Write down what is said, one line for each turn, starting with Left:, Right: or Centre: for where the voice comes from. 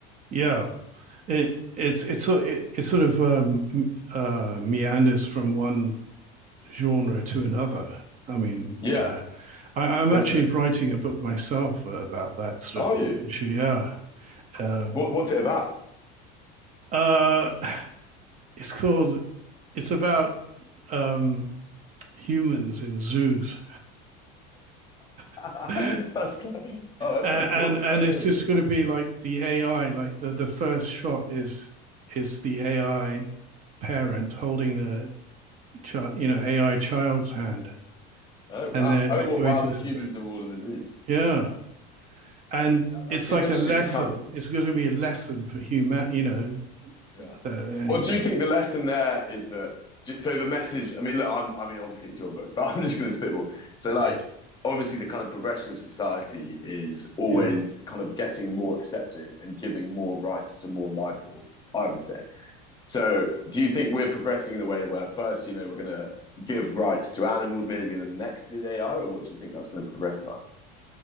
Right: yeah. It it's it's so- it, it sort of um, uh, meanders from one genre to another. I mean,
Left: Yeah,
Right: uh, I, I'm
Left: definitely.
Right: actually writing a book myself uh, about that sort
Left: Are
Right: of
Left: you?
Right: issue. Yeah, um,
Left: What, what's it about?
Right: uh, it's called it's about um, humans in zoos,
Left: <laughs>
Right: <laughs> and,
Left: that's cool. oh, that
Right: and
Left: sounds cool. That
Right: it's
Left: sounds
Right: just
Left: really
Right: going
Left: cool.
Right: to be like the AI. Like the the first shot is is the AI parent holding the child, you know, AI child's hand,
Left: Oh wow.
Right: and they're
Left: Oh,
Right: they're
Left: what?
Right: going
Left: Wow,
Right: to
Left: the
Right: the
Left: humans
Right: zoo.
Left: are all in the zoos.
Right: Yeah, and
Left: Yeah, I mean, that,
Right: it's
Left: that's super
Right: like
Left: interesting.
Right: a lesson.
Left: It's kind of
Right: It's going to be a lesson for human. You know,
Left: Yeah.
Right: the, anyway.
Left: Well, do you think the lesson there is that? So the message. I mean, look. I'm. I mean, obviously it's your book, <laughs> but I'm just going to spitball. So, like,
Right: Yeah.
Left: obviously the kind of progression of society is always
Right: Yeah.
Left: kind of getting more accepting and giving more rights to more life forms. I would say. So, do you think we're progressing in a way where first, you know, we're going to give rights to animals, maybe the next is AI, or what do you think that's going to progress like?